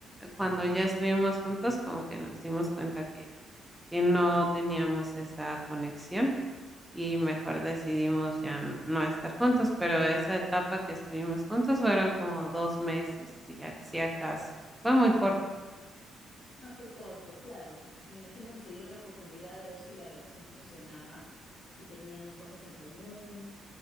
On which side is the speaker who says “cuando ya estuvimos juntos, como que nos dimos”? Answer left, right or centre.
Centre